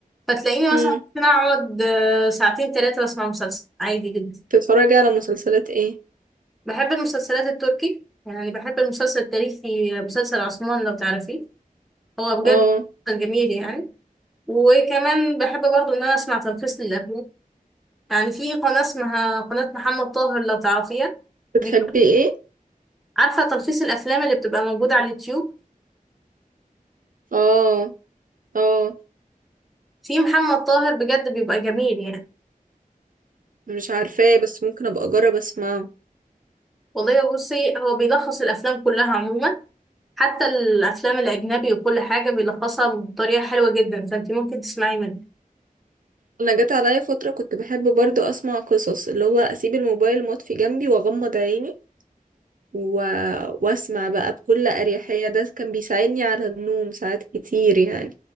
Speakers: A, in the centre; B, on the right.
A: فتلاقيني
B: امم
A: مثلا ممكن اقعد آه، ساعتين ثلاثه بسمع مسلسل عادي جدا
B: بتتفرجي على مسلسلات ايه
A: بحب المسلسلات التركي يعني بحب المسلسل التاريخي مسلسل عثمان لو تعرفيه هو بجد
B: اه
A: مسلسل جميل يعني وكمان بحب برضو ان انا اسمع تلخيص للافلام يعني في قناه اسمها قناه محمد طاهر لو تعرفيها
B: بتحبي
A: بي-
B: ايه
A: عارفه تلخيص الافلام اللي بتبقى موجوده على اليوتيوب
B: اه اه
A: في محمد طاهر بجد بيبقى جميل يعني
B: مش عارفاه بس ممكن ابقى اجرب اسمعه
A: والله بصي هو بيلخص الافلام كلها عموما حتى الافلام الاجنبي وكل حاجه بيلخصها بطريقه حلوه جدا فانت ممكن تسمعي منه
B: انا جت عليا فتره كنت بحب برضو اسمع قصص اللي هو اسيب الموبايل مطفي جنبي واغمض عيني و... واسمع بقى بكل اريحيه ده كان بيساعدني على النوم ساعات كتير يعني